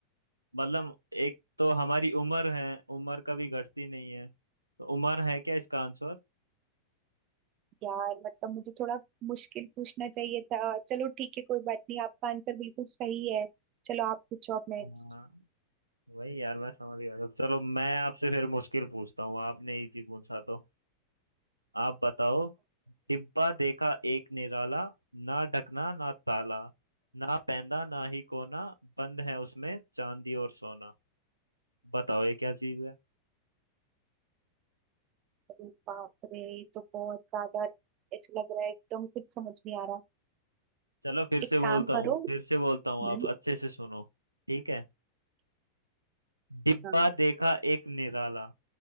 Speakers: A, on the right; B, on the right.
A: मतलब एक तो हमारी उम्र है उम्र कभी घटती नहीं है तो उम्र है क्या इसका आंसर
B: यार मतलब मुझे थोड़ा मुश्किल पूछना चाहिए था चलो ठीक है कोई बात नहीं आपका आंसर बिल्कुल सही है चलो आप पूछो आप नेक्स्ट
A: हाँ वही यार मैं समझ गया था चलो मैं आपसे फिर मुश्किल पूछता हूँ आपने इजी पूछा तो आप बताओ डिब्बा देखा एक निराला ना ढकना ना ताला ना पैंदा ना ही कोना बंद है उसमें चांदी और सोना बताओ ये क्या चीज है
B: बाप रे ये तो बहुत ज्यादा ऐसे लग रहा है एकदम कुछ समझ नहीं आ रहा
A: चलो फिर
B: एक
A: से बोलता
B: काम
A: हूँ
B: करो
A: फिर से बोलता
B: हम्म
A: हूँ आप अच्छे से सुनो ठीक है डिब्बा
B: हाँ
A: देखा एक निराला